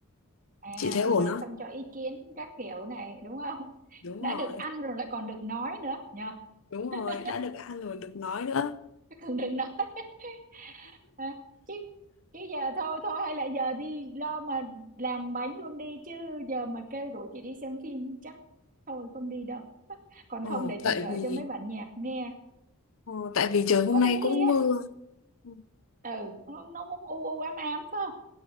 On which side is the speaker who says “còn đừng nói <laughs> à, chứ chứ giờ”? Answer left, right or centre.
Right